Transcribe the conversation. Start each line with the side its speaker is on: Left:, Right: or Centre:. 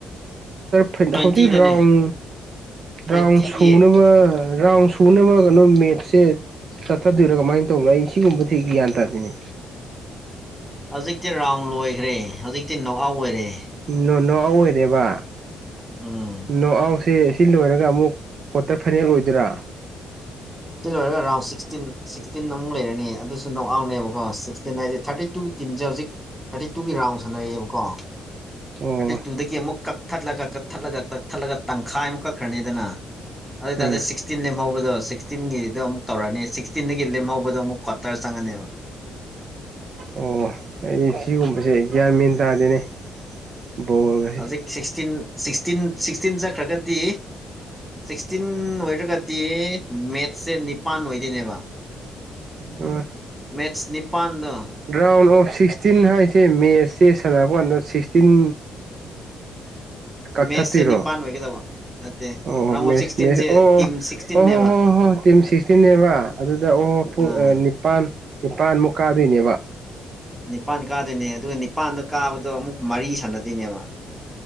Right: ꯐ
Centre: ꯇ꯭ꯋꯦꯟꯇꯤꯗꯅꯦ
Right: ꯍꯧꯗꯤ ꯔꯥꯎꯟ
Centre: ꯇ꯭ꯋꯦꯟꯇꯤꯒꯤ
Right: ꯔꯥꯎꯟ ꯁꯨꯅꯕ ꯔꯥꯎꯟ ꯊꯨꯅꯕ ꯀꯩꯅꯣ ꯃꯦꯠꯁꯦ ꯆꯠꯊꯗꯣꯏꯔꯥ ꯀꯃꯥꯏꯅ ꯇꯧꯕꯅꯣ ꯑꯩ ꯁꯤꯒꯨꯝꯕꯕꯁꯤ ꯒ꯭ꯌꯥꯟ ꯇꯥꯗꯣꯏꯅꯤ
Centre: ꯍꯧꯖꯤꯛꯇꯤ ꯔꯥꯎꯟ ꯂꯣꯏꯈ꯭ꯔꯦ ꯍꯧꯖꯤꯛꯇꯤ ꯅꯣꯛ ꯑꯥꯎꯠ ꯑꯣꯏꯔꯦ
Right: ꯅ ꯅ ꯑꯥꯎ ꯑꯣꯏꯔꯦꯕ
Centre: ꯎꯝ
Right: ꯅꯣ ꯑꯥꯎꯁꯦ ꯁꯤ ꯂꯣꯏꯔꯒ ꯒ ꯑꯃꯨꯛ ꯀ꯭ꯋꯥꯇꯔ ꯐꯥꯏꯅꯦꯜ ꯑꯣꯏꯗꯣꯏꯔꯥ
Centre: ꯁꯤ ꯂꯣꯏꯔꯒ ꯔꯥꯎꯟ ꯁꯤꯛꯁꯇꯤꯟ ꯁꯤꯛꯁꯇꯤꯟ ꯑꯃꯨꯛ ꯂꯩꯔꯅꯤ ꯑꯗꯨꯁꯨ ꯅꯣꯛ ꯑꯥꯎꯅꯦꯕꯀꯣ ꯁꯤꯛꯁꯇꯤꯟ ꯍꯥꯏꯁꯦ ꯊꯥꯔꯇꯤ ꯇꯨ ꯇꯤꯝꯁꯦ ꯍꯧꯖꯤꯛ ꯊꯥꯔꯇꯤ ꯇꯨꯒꯤ ꯔꯥꯎꯟ ꯁꯥꯟꯅꯔꯛꯑꯦꯕꯀꯣ
Right: ꯑꯣ
Centre: ꯊꯥꯔꯇꯤ ꯇꯨꯗꯒꯤ ꯑꯃꯨꯛ ꯀꯛ ꯊꯠꯂ ꯀꯛ ꯀꯛ ꯊꯠꯂꯒ ꯀꯛ ꯀꯛ ꯊꯠꯂꯒ ꯇꯪꯈꯥꯏ ꯑꯃꯨꯛ ꯀꯛꯈ꯭ꯔꯅꯤꯗꯅ ꯑꯗꯨꯑꯣ ꯑꯣꯏ
Right: ꯑꯥ
Centre: ꯇꯔꯗꯗꯤ ꯁꯤꯛꯁꯇꯤꯟ ꯂꯦꯝꯍꯧꯕꯗꯣ ꯁꯤꯛꯁꯇꯤꯟꯒꯤꯗꯣ ꯑꯃꯨꯛ ꯇꯧꯔꯅꯤ ꯁꯤꯛꯁꯇꯤꯟꯗꯒꯤ ꯂꯦꯝꯍꯧꯕꯗꯣ ꯑꯃꯨꯛ ꯀ꯭ꯋꯥꯇꯔ ꯆꯪꯉꯅꯤꯕ
Right: ꯑꯣ ꯑꯩꯗꯤ ꯁꯤꯒꯨꯝꯕꯁꯦ ꯒ꯭ꯌꯥꯟ ꯃꯦꯟ ꯇꯥꯗꯦꯅꯦ ꯕꯣꯜꯒꯁꯦ
Centre: ꯍꯧꯖꯤꯛ ꯁꯤꯛꯁꯇꯤꯟ ꯁꯤꯛꯁꯇꯤꯟ ꯁꯤꯛꯁꯇꯤꯟ ꯆꯠꯈ꯭ꯔꯒꯗꯤ ꯁꯤꯛꯁꯇꯤꯟ ꯑꯣꯏꯔꯒꯗꯤ ꯃꯦꯠꯁꯦ ꯅꯤꯄꯥꯟ ꯑꯣꯏꯗꯣꯏꯅꯦꯕ
Right: ꯇ
Centre: ꯃꯦꯠꯁ ꯅꯤꯄꯥꯟꯗꯣ
Right: ꯔ ꯁꯤꯛꯁꯇꯤꯟ ꯍꯥꯏꯁꯦ ꯃꯦꯠꯁꯁꯦ ꯁꯥꯟꯅꯕ ꯑꯟꯗ ꯁꯤꯛꯁꯇꯤꯟ ꯀꯛꯊꯠꯇꯣꯏꯔꯣ
Centre: ꯃꯦꯠꯁꯦ ꯅꯤꯄꯥꯟ ꯑꯣꯏꯒꯗꯕ ꯅꯠꯇꯦ
Right: ꯑꯣ
Centre: ꯔꯥꯎꯟ ꯑꯣꯐ
Right: ꯃꯦꯁ
Centre: ꯁꯤꯛꯁꯇꯤꯟꯁꯦ
Right: ꯃꯦꯁ ꯑꯣ
Centre: ꯇꯤꯝ ꯁꯤꯛꯁꯇꯤꯟꯅꯦꯕ
Right: ꯍꯣ ꯍꯣ ꯍꯣꯏ ꯍꯣꯏ ꯍꯣꯏ ꯇꯤꯝ ꯁꯤꯛꯁꯇꯤꯟꯅꯦꯕ ꯑꯗꯨꯗ ꯑꯣ ꯄꯨꯡ
Centre: ꯑꯥ
Right: ꯅꯤꯄꯜ ꯅꯤꯄꯥꯥꯟꯃꯨꯛ ꯀꯥꯗꯣꯏꯅꯦꯕ
Centre: ꯅꯤꯄꯥꯟ ꯀꯥꯗꯣꯏꯅꯦ ꯑꯗꯨꯒ ꯅꯤꯄꯥꯟꯗꯣ ꯀꯥꯕꯗꯣ ꯑꯃꯨꯛ ꯃꯔꯤ ꯁꯥꯟꯅꯗꯣꯏꯅꯦꯕ